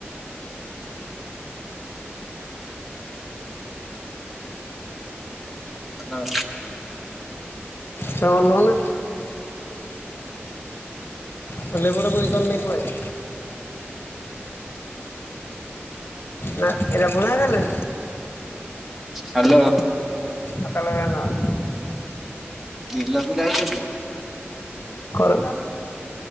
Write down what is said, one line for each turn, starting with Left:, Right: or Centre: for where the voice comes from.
Centre: ହ୍ୟାଲୋ
Left: ତମେ ଓଲ୍ହୋଉନ ଓହ୍ଲେଇ ପଡ଼ ମୁଁ ଏଇ କରେ ନେଇ ପଲେଇବି। ନା ଏରା ବୁଣା ହେଇଥିଲା କି?
Centre: ହ୍ୟାଲୋ।
Left: ଆ ତାହାଲେ ଏରା ନବାନି।
Centre: ବିଲକୁ ଯାଇଛ କି
Left: କର